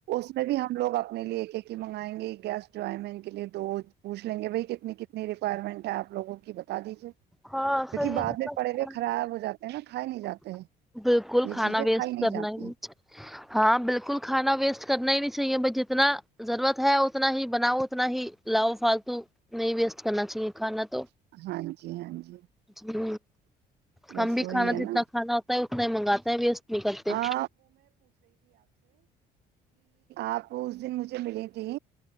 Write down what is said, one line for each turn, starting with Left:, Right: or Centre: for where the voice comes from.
Right: <unintelligible> <unintelligible> <unintelligible>
Centre: ہاں صحیح ہے جتنا کھانا <unintelligible>
Right: یہ چیزیں کھائی نہیں جاتی
Centre: <unintelligible>
Right: <unintelligible>
Centre: جی
Right: بس
Centre: ہم بھی
Right: وہی
Centre: کھانا
Right: ہے نا
Centre: جتنا کھانا اتنا
Right: <unintelligible>
Centre: ہی منگاتے ہیں ویسٹ نہیں کرتے
Right: اپ اس دن مجھے ملیں گے